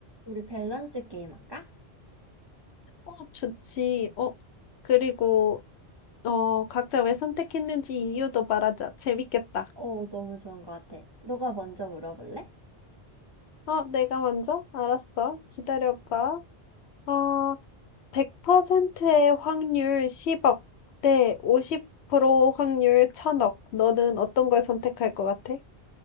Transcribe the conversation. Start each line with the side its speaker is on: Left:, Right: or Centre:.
Right: 우리 밸런스 게임 할까?
Left: 어, 좋지. 어, 그리고, 어, 각자 왜 선택했는지 이유도 말하자. 재밌겠다.
Right: 어, 너무 좋은 것 같아. 너가 먼저 물어볼래?
Left: 어, 내가 먼저? 알았어. 기다려봐. 어, 100%의 확률 10억 대 50% 확률 1000억. 너는 어떤 걸 선택할 것 같아?